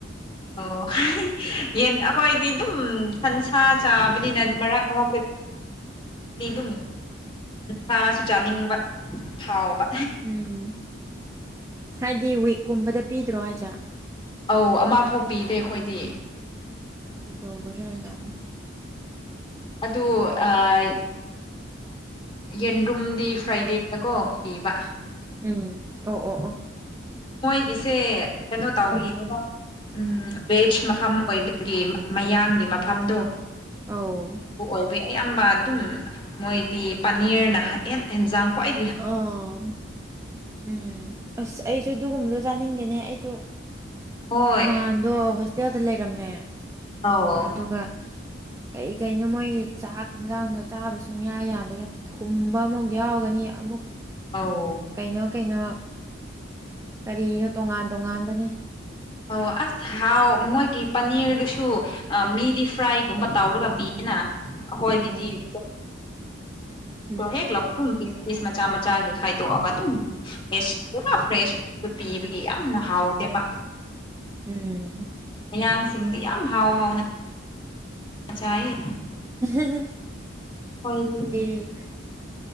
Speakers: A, on the left; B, on the right.
A: ꯑꯣ ꯌꯦꯟ ꯑꯩꯈꯣꯏꯗꯤ ꯑꯗꯨꯝ ꯁꯟꯁꯥ ꯆꯥꯕꯅꯤꯅ ꯃꯔꯛ ꯃꯔꯛꯇ ꯇꯤꯗꯨꯝ ꯁꯥꯁꯨ ꯆꯥꯅꯤꯡꯕ ꯍꯥꯎꯕ
B: ꯎꯝ꯫ ꯍꯥꯏꯗꯤ ꯋꯤꯛꯀꯨꯝꯕꯗ ꯄꯤꯗ꯭ꯔꯣ ꯍꯥꯏꯖꯦ
A: ꯑꯧ ꯑꯃꯥ ꯐꯥꯎ ꯄꯤꯗꯦ ꯑꯩꯈꯣꯏꯗꯤ
B: ꯀꯩꯗꯧꯕꯒꯤ ꯑꯣꯏꯔꯖꯥꯅꯣ
A: ꯑꯗꯨ ꯑꯥꯏ ꯌꯦꯟꯗ꯭ꯔꯨꯝꯗꯤ ꯐ꯭ꯔꯥꯏꯗꯦꯗ ꯀꯣ ꯄꯤꯕ
B: ꯎꯝ ꯑꯣ ꯑꯣ ꯑꯣ
A: ꯃꯣꯏꯒꯤꯁꯦ ꯀꯩꯅꯣ ꯇꯧꯕꯒꯤꯅꯦꯀꫭ
B: ꯑꯗꯨ
A: ꯎꯝ ꯄꯦꯠꯁ ꯃꯐꯝ ꯑꯣꯏꯕꯒꯤ ꯃꯌꯥꯡꯒꯤ ꯃꯐꯝꯗꯨ
B: ꯑꯧ
A: ꯄꯨ ꯑꯣꯏꯕꯩ ꯑꯌꯥꯝꯕ ꯑꯗꯨꯝ ꯃꯣꯏꯗꯤ ꯄꯥꯅꯤꯔꯅ ꯍꯥ ꯍꯦꯟ ꯍꯦꯟꯖꯥꯡ ꯈ꯭ꯋꯥꯏ
B: ꯑꯣꯎ ꯎꯝ ꯑꯁ ꯑꯩꯖꯨ ꯑꯗꯨꯒꯨꯝꯕꯗꯣ ꯆꯥꯅꯤꯡꯗꯦꯅꯦ ꯑꯩꯖꯨ
A: ꯍꯣꯏ
B: ꯅꯍꯥꯟ ꯗꯣ ꯍꯣꯁꯇꯦꯜꯗ ꯂꯩꯔꯝꯃꯦ
A: ꯑꯧ
B: ꯑꯗꯨꯒ ꯀꯩ ꯀꯩꯅꯣ ꯃꯣꯏꯒꯤ ꯆꯥꯛ ꯍꯤꯟꯖꯥꯡꯗꯣ ꯆꯥꯕ ꯁꯨꯡꯌꯥ ꯌꯥꯗꯦ ꯊꯨꯝꯕ ꯑꯃꯨꯛ ꯌꯥꯎꯒꯅꯤ ꯑꯃꯨꯛ
A: ꯑꯧ
B: ꯀꯩꯅꯣ ꯀꯩꯅꯣ ꯀꯔꯤꯅꯣ ꯇꯣꯉꯥꯟ ꯇꯣꯉꯥꯟꯕꯅꯦ
A: ꯑꯧ ꯑꯁ ꯍꯥꯎ ꯃꯣꯏꯒꯤ ꯄꯅꯤꯔꯗꯨꯁꯨ ꯑꯥ ꯃꯤꯗꯤ ꯐ꯭ꯔꯥꯏꯒꯨꯝꯕ ꯇꯧꯔꯒ ꯄꯤ ꯑꯦꯅ ꯑꯩꯈꯣꯏꯒꯤꯗꯤ
B: ꯎꯝ
A: <unintelligible>
B: <inaudible>
A: ꯄꯔꯣ ꯍꯦꯛ ꯂꯧꯗꯨꯝ ꯄꯤ ꯄꯤꯁ ꯃꯆꯥ ꯃꯆꯥꯒꯤ ꯈꯥꯏꯗꯣꯛꯑꯒ ꯑꯗꯨꯝ ꯐꯦꯁ ꯄꯨꯔꯥ ꯐ꯭ꯔꯦꯁꯇ ꯄꯤꯕꯒꯤ ꯌꯥꯝꯅ ꯍꯥꯎꯇꯦꯕ
B: ꯎꯝ
A: ꯃꯌꯥꯡꯁꯤꯡꯗꯤ ꯌꯥꯝ ꯍꯥꯎ ꯍꯥꯎꯅ ꯆꯥꯏꯌꯦ
B: <unintelligible>
A: ꯑꯍꯣꯏꯗꯤ
B: ꯏ